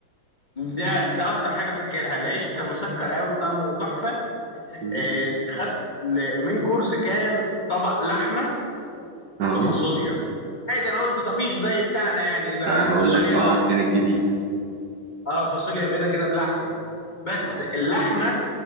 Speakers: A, on the left; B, on the right.
A: ده ده اكتر حاجه فاكرها العيش كان مسكر قوي وطعمه تحفه
B: مم.
A: آه، خدت ل- من كورس كان طبق لحمه
B: اه
A: بفاصوليا عادي انا قلت طبيخ زي بتاعنا يعني لا
B: هقول
A: فاصوليا
B: لك اه فين الجديد
A: اه فاصوليا بيضه كده بلحمه بس
B: اه
A: اللحمه